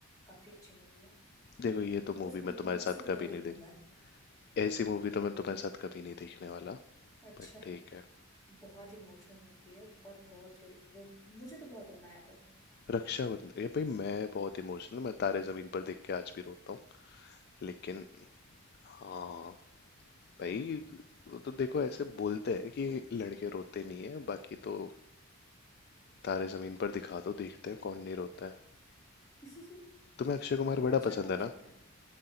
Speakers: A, on the left; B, on the left.
A: काफी अच्छी मूवी है
B: देखो ये तो मूवी
A: उस मूवी
B: मैं तुम्हारे
A: में तो
B: साथ
A: सिर्फ
B: कभी
A: रोई
B: नहीं
A: हूँ
B: देख
A: मैं
B: ऐसी मूवी तो मैं तुम्हारे साथ कभी नहीं देखने वाला
A: अच्छा
B: बट ठीक है
A: बहुत इमोशनल मूवी है और बहुत रोई रो मुझे तो बहुत रोना आया था उसमें।
B: रक्षाबंधन ये भाई मैं बहुत इमोशनल मैं तारे जमीन पर देख के आज भी रोता हूँ लेकिन हाँ भाई वो तो देखो ऐसे बोलते हैं कि लड़के रोते नहीं है बाकी तो तारे जमीन पर दिखा दो देखते हैं कौन नहीं रोता है
A: <laughs>
B: तुम्हें अक्षय कुमार बड़ा
A: अच्छा
B: पसंद
A: कॉन्सेप्ट
B: है ना
A: है